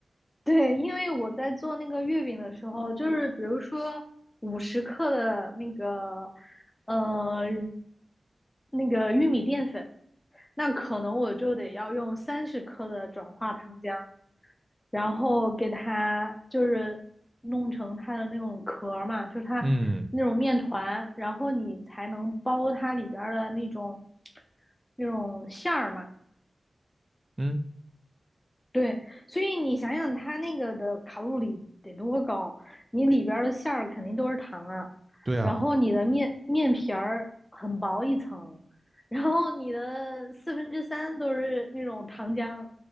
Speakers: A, on the left (about 20°); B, on the right (about 25°).
A: 对，因为我在做那个月饼的时候，就是比如说五十克的那个，呃，那个玉米淀粉，那可能我就得要用三十克的转化糖浆，然后给它就是弄成它的那种壳嘛，就是它那种面团，
B: 嗯
A: 然后你才能包它里边的那种那种馅儿嘛。
B: 嗯，
A: 对，所以你想想它那个的卡路里得多高，你里边的馅儿肯定都是糖啊，
B: 对啊，
A: 然后你的面面皮儿很薄一层，然后你的四分之三都是那种糖浆，